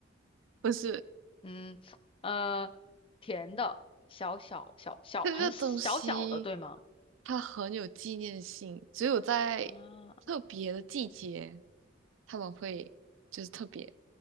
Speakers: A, on the right; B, on the left.
A: 不是
B: 嗯，呃，甜的，小小小小，
A: 这个东西。
B: 很小小的，对吗？
A: 它很有纪念性，只有在
B: 啊，
A: 特别的季节，他们会就是特别、